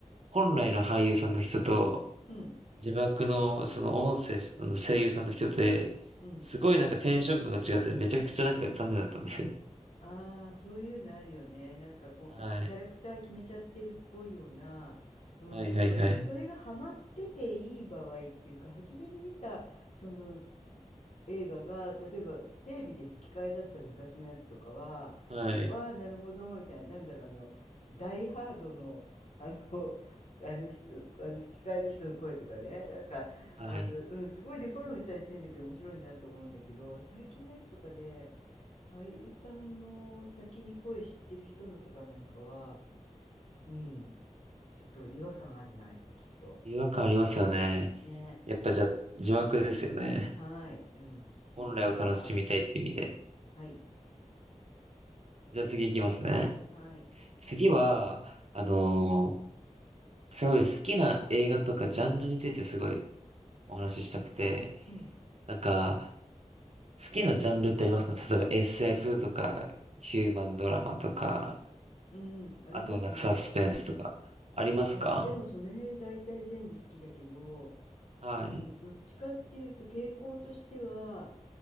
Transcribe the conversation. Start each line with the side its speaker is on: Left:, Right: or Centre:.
Right: 本来の俳優さんの人と、
Left: うん。うん。
Right: 字幕のその音声、あの声優さんの人で、
Left: うん。
Right: すごいなんかテンション感が違って、めちゃくちゃなんか残念だったんですよ。
Left: ああ、そういうのあるよね。なんかこう、
Right: はい。
Left: キャラクター決めちゃってるっぽいような。うん、
Right: はいはいはい。
Left: まあでも、それがハマってていい場合っていうか、初めに見たその映画が、例えばテレビで吹き替えだった昔のやつとかは、
Right: はい。
Left: 結構、ああ、なるほど、みたいな、なんだろう、あの、ダイハードの、<laughs> あの、あの人、あの吹き替えの人の声とかね、なんか、
Right: はい。
Left: あの、うん、すごいデフォルメされてんだけど、面白いなと思うんだけど、最近のやつとかで、俳優さんの先に声知ってる人のとかなんかは、うん、ちょっと違和感あるな、やっぱきっと。
Right: 違和感ありますよね。
Left: ね。
Right: やっぱじゃあ、字幕ですよね。
Left: はい。うん。字幕派。
Right: 本来を楽しみたいっていう意味で。
Left: はい。
Right: じゃあ次行きますね。
Left: はい。
Right: 次は、あのーすごい好きな映画とかジャンルについてすごいお話ししたくて、
Left: うん。
Right: なんか、好きなジャンルってありますか例えば SF とか、ヒューマンドラマとか、
Left: うん。ありますね。
Right: あとはなんかサスペンスとか、ありますか
Left: あ、でもその辺大体全部好きだけど、
Right: はい。
Left: うん、どっちかっていうと傾向としては、